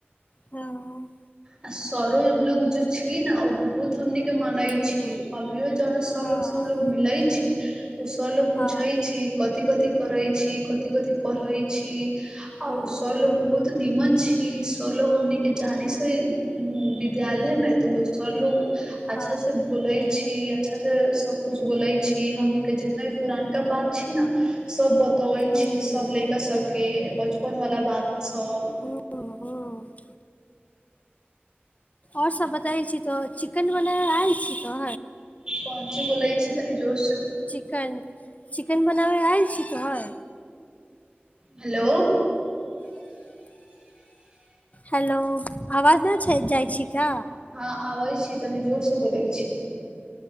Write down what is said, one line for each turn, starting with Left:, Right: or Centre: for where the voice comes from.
Left: हँ
Right: आ सरो लोग जो छी न ओ बहुत हमनी के माने
Left: हुँ,
Right: छी अभियो जना सर
Left: हँ,
Right: लोग से हमलोग मिले छी ओ सर लोग पूछे
Left: हँ,
Right: छै कथि कथि करै छी कथि कथि पढ़ै छी आओ
Left: हुँ,
Right: सर लो बहुत निमन छी क सब लोग हमनी के जाने से विद्यालय में तो लोग सब लोग अच्छा
Left: हँ,
Right: से बोलै छी अच्छा से सब कुछ बोले छी हमनीक के जितना भी पुरान का बात छी ने सब ब त
Left: हुँ,
Right: छी सब लैका सबके बचपन वाला बात सब
Left: हुँ, हुँ आओर सब बतै छी तऽ चिकेन बला आयल छी तो
Right: कोनची बोलैइ छी तनी जोर से
Left: चिकेन चिकेन बनाबय आयल छी तोहर
Right: हेलो
Left: हेलो आवाज न जाइ छी का
Right: हँ आबै छी तनी जोर से बोलै छियै